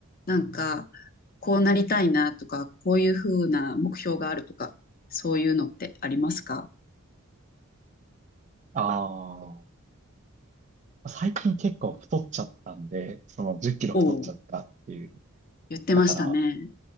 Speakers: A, on the left (about 40°); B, on the right (about 35°).
A: なんか、こうなりたいなとか、こういうふうな目標があるとか、そういうのってありますか
B: ああ、最近結構太っちゃったんで、その10キロ太っちゃったっていう。
A: おお、言ってましたね。
B: だから、